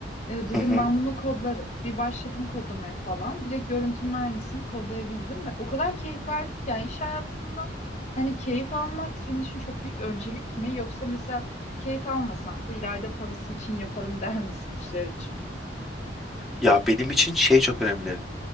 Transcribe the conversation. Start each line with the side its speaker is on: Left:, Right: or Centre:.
Left: E, dedim
Centre: Hı hı.
Left: ben bunu kodlarım. Bir başladım kodlamaya falan. Direkt görüntünün aynısını kodlayabildim ve o kadar keyif verdik ki yani iş hayatında hani keyif almak senin için çok büyük öncelik mi yoksa mesela keyif almasam da ileride parası için yaparım <laughs> der misin işler için?
Centre: Ya benim için şey çok önemli.